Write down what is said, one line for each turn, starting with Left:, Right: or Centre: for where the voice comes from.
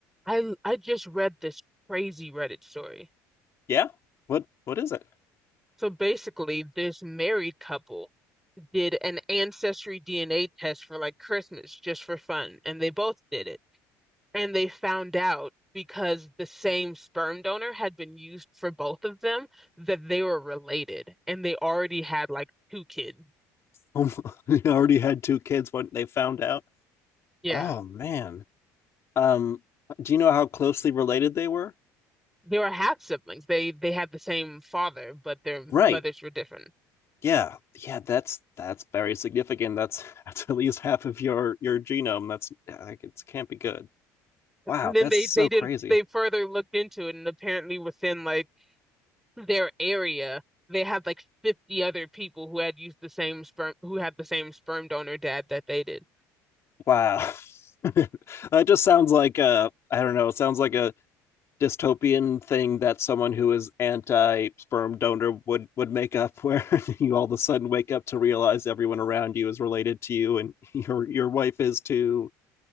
Centre: I I just read this crazy Reddit story.
Left: Yeah. What what is it?
Centre: So basically, this married couple did an ancestry DNA test for like Christmas just for fun, and they both did it. And they found out because the same sperm donor had been used for both of them that they were related and they already had like two kids.
Left: Oh, <laughs> they already had two kids when they found out.
Centre: Yeah.
Left: Oh man. Um, do you know how closely related they were?
Centre: They were half siblings. They they had the same father, but their
Left: Right.
Centre: mothers were different.
Left: Yeah. Yeah, that's that's very significant. That's <laughs> that's at least half of your your genome. That's yeah, like it can't be good. Wow,
Centre: And then
Left: that's
Centre: they
Left: so
Centre: they did
Left: crazy.
Centre: they further looked into it and apparently within like their area, they had like 50 other people who had used the same sperm, who had the same sperm donor dad that they did.
Left: Wow. <laughs> that just sounds like uh I don't know, it sounds like a dystopian thing that someone who is anti sperm donor would would make up <laughs> where you all of a sudden wake up to realize everyone around you is related to you and <laughs> your your wife is too